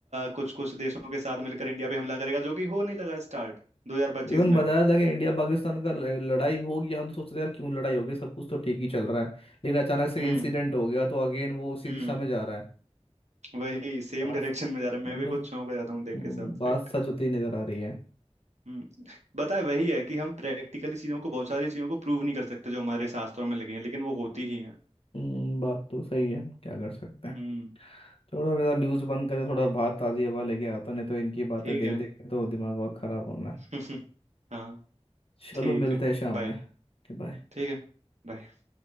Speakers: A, on the right; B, on the left.
A: कुछ कुछ देशों के साथ मिलकर इंडिया पे हमला करेगा जो कि हो नहीं लगा स्टार्ट 2025
B: इवन
A: में
B: बताया था कि इंडिया पाकिस्तान का ल- लड़ाई होगी हम तो सोचते थे यार क्यों लड़ाई होगी सब कुछ तो ठीक ही चल रहा है लेकिन अचानक से
A: हम्म
B: ये इंसिडेंट हो गया तो अगेन वो उसी
A: हम्म
B: दिशा में जा रहा है
A: वही सेम
B: बात
A: डायरेक्शन में जा रहा है मैं
B: बात
A: भी
B: तो
A: कुछ चौंक जाता
B: हम्म,
A: हूँ देख के सब
B: बात
A: फैक्ट
B: सच होती नजर आ रही है
A: हम्म बताए वही है कि हम प्रैक्टिकली चीजों को बहुत सारी चीजों को प्रूव नहीं कर सकते जो हमारे शास्त्रों में लिखी हैं लेकिन वो होती ही हैं
B: हम्म, बात तो सही है क्या कर सकते हैं
A: हम्म
B: थोड़ा मेरा न्यूज़ बंद करे थोड़ा बात ताज़ी हवा लेके आता नहीं तो इनकी बातें
A: ठीक
B: देख
A: है
B: देख के तो दिमाग और ख़राब होना है
A: <laughs> हाँ
B: चलो
A: ठीक
B: मिलते
A: है
B: हैं शाम
A: बाय
B: में बाय
A: ठीक है bye.